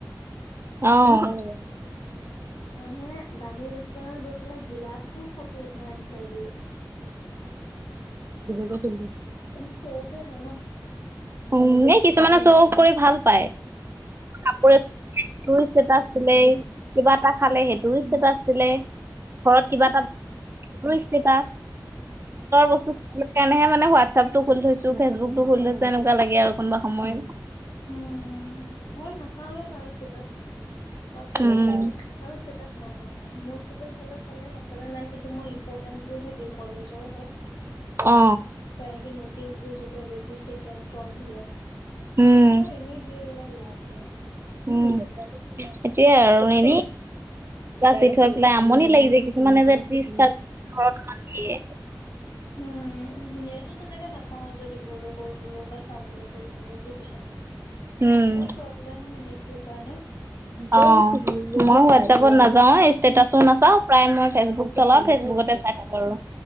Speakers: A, on the right; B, on the left.
A: অ',
B: মানুহে দামী ৰেষ্টুৰেতত গৈ। পেলাই গিলাচটো ফটো উঠাই আন চাই দিয়ে।
A: দূহেজাৰ চিমটো <unintelligible>
B: এইটো চৌ অফে হয় ন।
A: উম, এ কিছুমানে চৌ অফ কৰি ভাল পায় কাপোৰ সেইটো ষ্টেটাছ দিলে কিবা এটা খালে সেইটো ষ্টেটাছ দিলে। ঘৰত কিবা এটা ষ্টেটাছ বস্তু সেইকাৰণেহে মানে হোৱাটচাপটো খুলি থৈছো ফেচবুকটো খুলি থৈছো এনেকুৱা লাগে আৰু কোনোবা সময়।
B: উম, মই নাচাওৱে কাৰো ষ্টেটাছ ৱাটচাপত
A: উম
B: কৰো ষ্টেটাছ নেচাও মই মোৰ ষ্টেটাছ চালে - চালে নেচালে নাই। কিন্তু মই ইম্পৰ্টেণ্টবোৰহে দিও কলেজৰ হওক।
A: অ
B: বা এনেক নটিচ বোৰ যেতিয়া ৰেজিষ্ট্ৰন ফৰ্ম ফিলপ
A: উম
B: বেকাৰ এনে দিয়ে। এইবিলাক লাভ নাই।
A: উম, হেতিয়ে আৰু এনে দি থৈ পেলাই আমনি লাগি যায়। মানে যে ত্ৰিশতা ঘৰত মান দিয়ে।
B: উম সেইটো তেনেকে নাপাও যে দিবলৈ কৰিবলৈ বা চাবলৈ কৰিবলৈ বুইছা।
A: উম
B: বহুত প্ৰব্লেম হয় নেটটোৰ কাৰণে।
A: অ মই হোৱাটছাপত নেযাও ষ্টেটাচো নাচাও প্ৰায় মই ফেচবুক চলাও ফেচবুকতে চাই থাকো আৰু